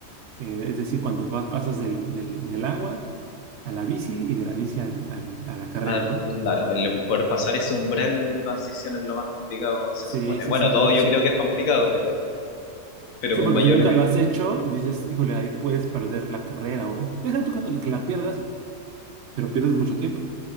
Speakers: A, on the right; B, on the left.
A: Eh, es decir, cuando pa- pasas del, del, del agua a la bici y de la bici al, al- a la carrera,
B: Ah, c-
A: ¿no?
B: claro, el poder pasar ese umbral de transición es lo más complicado, se
A: Sí,
B: supone.
A: sí,
B: Bueno,
A: sí,
B: todo
A: porque
B: yo
A: sí,
B: creo que es complicado, pero, pero
A: Sí,
B: con
A: porque
B: mayor...
A: si nunca
B: riesgo.
A: lo has hecho, dices, híjole, ahí puedes perder la carrera o deja tú que no, que la pierdas, pero pierdes mucho tiempo.